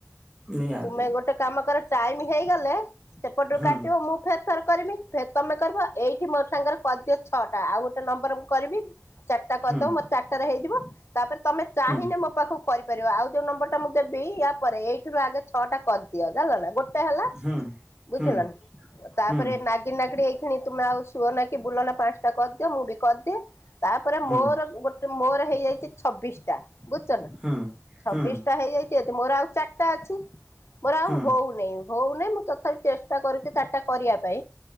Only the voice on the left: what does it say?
ତୁମେ ଗୋଟେ କାମ କର ଟାଇମ ହେଇଗଲେ ସେପଟରୁ
କାଟିବ ମୁଁ ଫେର ଥରେ କରିବି ଫେରେ ତମେ କରିବ ଏଇଠି ମୋର ସାଙ୍ଗରେ କରିଦିଅ ଛଅଟା ଆଉ ଗୋଟେ ନମ୍ବର ମୁଁ କରିବି ଚାରିଟା କରିଦବ
ମୋ ଚାରିଟାରେ ହେଇଯିବ ତାପରେ ତମେ ଚାହିଁଲେ
ମୋ ପାଖକୁ କରିପାରିବ ଆଉ ଯୋଉ ନମ୍ବରଟା ମୁଁ ଦେବି ୟା ପରେ ଏଇଥିରୁ ଆଗେ ଛଅଟା କରିଦିଅ ଜାଣିଲନା। ହେଲା
ବୁଝିଲ ନା ତାପରେ
ନାଗି ନାଗିଡେଇ ତୁମେ ଆଉ ଶୁଅ ନା କି ବୁଲ ନା ପାଞ୍ଚଟା କରିଦିଅ ମୁଁ ବି କରିଦିଏ ତାପରେ
ମୋର ଗୋଟେ ମୋର ହେଇଯାଇଛି ଛବିଶିଟା ବୁଝୁଛ ନା
ଛବିଶିଟା
ହେଇଯାଇଛି। ଅଛି ମୋର ଆଉ ଚାରିଟା ଅଛି ମୋର
ଆଉ ହଉନହିଁ ହଉନାଇଁ ମୁଁ ତଥାପି ଚେଷ୍ଟା କରୁଛି ଚାରିଟା କରିବା ପାଇଁ